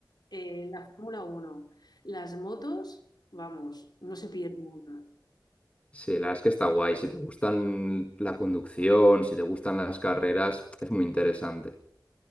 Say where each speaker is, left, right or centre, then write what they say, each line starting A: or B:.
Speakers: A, on the left; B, on the left.
A: Eh, la Fórmula uno las motos, vamos, no se pierde una.
B: Sí, la verdad es que está guay. Si te gustan la conducción, si te gustan las carreras, es muy interesante.